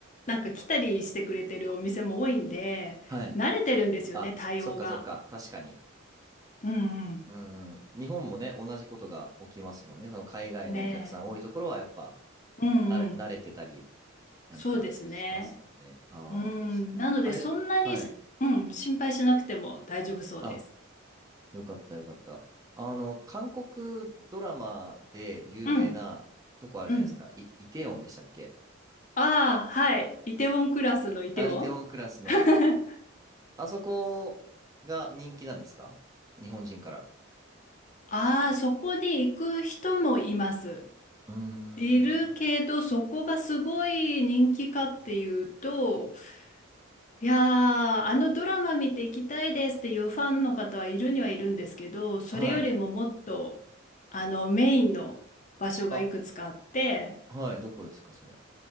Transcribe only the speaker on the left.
なんか来たりしてくれてるお店も多いんで、
慣れてるんですよね、
対応が。
うん
うん。ねえ。うんうん。
そうですね。
うん。
なのでそんなにし、
うん、心配しなくても大丈夫そうです。
うん。うん。
ああ、はい。イテウォンクラスのイテウォン
<laughs>
ああ、そこに行く人もいます。
いるけど、そこがすごい人気かっていうと、いやー、あのドラマ見て行きたいですっていうファンの方はいるにはいるんですけど、それよりももっと、
あの、メインの場所がいくつかあって、